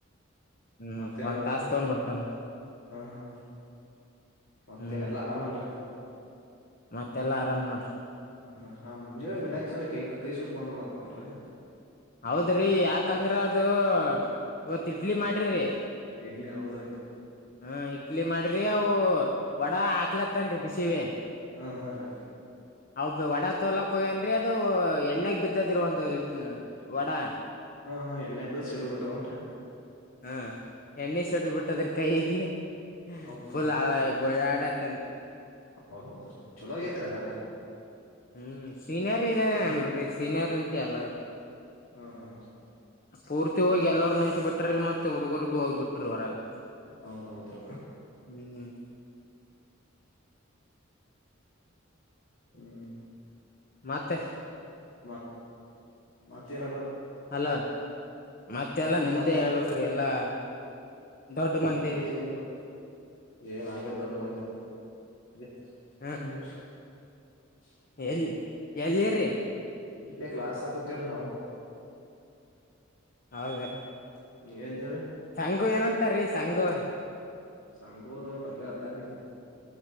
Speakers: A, on the left (about 45°); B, on the left (about 85°).
A: ಹ್ಮ್
B: ಮತ್ತೇನ್
A: ಒಂದ್
B: ಆಡತ್ರಿ
A: ತಾಸ್ ತಗೊಂಡ್ ಬಿಡ್ತಾರಂತ
B: ಹಾ ಹಾ ಮತ್ತೇನ್
A: ಹ್ಮ್
B: ಎಲ್ಲಾ ಆರಾಮಲ್ರಿ
A: ಮತ್ತೆಲ್ಲಾ ಆರಾಮ್ ನೋಡ್ರಿ
B: ಹ್ಮ್ ಹ್ಮ್ ಆ ಮುಂಜೆೆ ವಿನಾಯಕ್ ಸ್ವಾಮಿ ಕೈ ಕೈ ಸುಟ್ಕೊಂಡನ ನೋಡ್ರಿ
A: ಹೌದ್ರಿ ಯಾಕಂದ್ರ ಅದು ಇವತ್ ಇಡ್ಲಿ ಮಾಡಿರಿ
B: ಇಡ್ಲಿ ಹೌದ್ರೆ
A: ಹ ಇಡ್ಲಿ ಮಾಡ್ರಿ ಅವು ವಡಾ ಹಾಕ್ಲತ್ತನ್ರಿ ಬಿಸಿವೆ
B: ಆ ಹಾ ರೀ
A: ಅವ ವಡ ತೋಲಕ್ ಹೋಗ್ಯನ್ರಿ ಅದು ಎಣ್ಣಾಗ ಬಿದ್ದದರ ಒಂದು ವಡಾ
B: ಹಾ ಹಾ ಎಣ್ಣೆ ದಿವಸ <unintelligible> ಹಿಡಬಟ್ಟದನ್ರಿ
A: ಹ್ಮ್ ಎಣ್ಣೆ ಸಡ್ದ್ ಬಿಟ್ಟದ್ರಿ ಕೈಗೆ
B: ಹೌದೌದ್ರಿ
A: ಫುಲ್ ಹ ಗೋಳಾಡತಂದ
B: ಹೌದೌದ್ರಿ ಚಲೋ ಆಗೇತ್ರಿ ಅದೆಲ್ಲ
A: ಹ್ಮ್ ಸೀನರಿ ಇಏನ್ರಿ
B: ಇರ್ಲಿ
A: ಸೀನರಿಂತೆ ಎಲ್ಲ
B: ಹಾ ಹಾ
A: ಪೂರ್ತಿ ಹೋಗಿ ಎಲ್ಲರರು ನಿಂತತ್ ಬಿಟ್ರ ಮತ್ತೆ ಹುಡುಗರ್ಗೂ ಹೋಗಿಬ ಬಿಟ್ರರು ಹೊರಾಗ
B: ಹೌದೌದ್ರ
A: ಹ್ಮ್
B: ಹ್ಮ್
A: ಮತ್ತೆ
B: ಮ ಮತ್ತೆ ಏನ
A: ಅಲೋ ಮತ್ತೆಲ್ಲಾ
B: ಹಲೋ
A: ನಿಮ್ದೇ
B: ಮತ್ತೇನ್
A: ಹೇಳ್ಬೇಕ್ರೀ ಎಲ್ಲಾ ದೊಡ್ಡ ಮಂದಿರಿ
B: ನಮ್ದ ಏನಲ್ರ ಏನ್ ಅವೇನ್ ದೊಡ್ಡ ಮಂದ ಹ
A: ಹಾ
B: <inaudible>
A: ಎಲ್ಲಿ ಎಲ್ಲಿರಿ
B: ಇ ಕ್ಲಾಸ್ ಕೂತೀವ್ರ ನಾವು
A: ಹೌದಾ
B: <unintelligible>
A: ಸಂಗು ಏನ ಹತ ರೀ ಸಾಂಗರ್
B: ಸಂಘೋರ ಅವರು ಅಂಗ ಹತ್ತಾರ